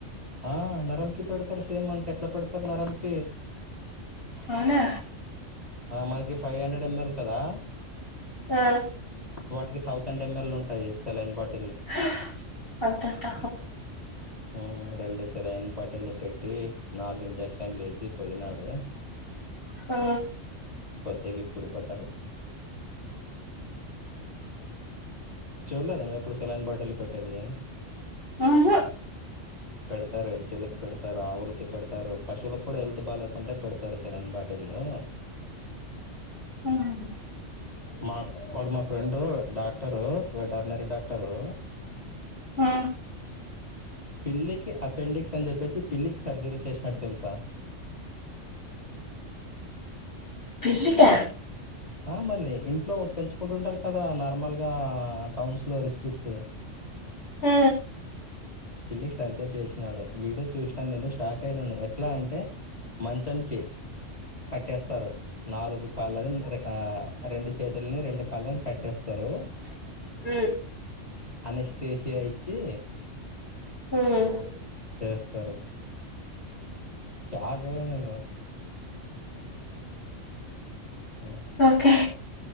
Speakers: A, on the left; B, on the left.
A: ఆ నరమ్కి పెడతారు సేమ్ మనకి ఎట్లా పెడతారు నరమకి
B: అవునా
A: ఆ మనకి ఫైవ్ హండ్రెడ్ ఎంఎల్ కదా
B: ఆ
A: వాటికి థౌజండ్ ఎంఎల్ ఉంటాయి సెలైన్ బాట్
B: హా అంతటా
A: ఉం రెండు సెలైన్ బాటిళ్లు పెట్టి నాలుగు ఇంజక్షన్ లేసి పోయినాడు
B: ఆ
A: కొదిగా ఇప్పుడు బెటరు చూడలేదా నువ్వు ఎప్పుడు సెలైన్ బాటిలు పెట్టేది
B: ఆహా
A: పెడతారు ఎద్దులకి పెడతారు ఆవులకి పెడతారు పశులు కూడా వెళ్ హెల్త్ బాలేకుంటే పెడతారు సెలైన్ బాటిళ్లు
B: మ్మ్
A: మా వాడు మా ఫ్రెండు డాక్టరు వెటర్నరీ డాక్టరు
B: ఆ
A: పిల్లికి అపెండిక్స్ అని చెప్పేసి పిల్లికి సర్జరీ చేసినట్టు తెలుసా
B: పిల్లిక
A: ఆ మళ్ళీ ఇంట్లో పెంచుకుంటుంటారు కదా నార్మల్ గా టౌన్స్ లో రిచ్ కిడ్స్
B: ఆ
A: పిల్లికి సర్జరీ చేసినాడు వీడియో చూసినాను నేను షాక్ అయినను ఎట్లా అంటే మంచంకి కట్టేస్తారు నాలుగు కాళ్ళని రెండు చేతుల్ని రెండు కాల్లను కట్టేస్తారు
B: మ్మ్
A: అనెస్టేషి యా ఇచ్చి
B: ఉం
A: చేస్తారు షాక్ అయిన నేను ఆ
B: ఓకే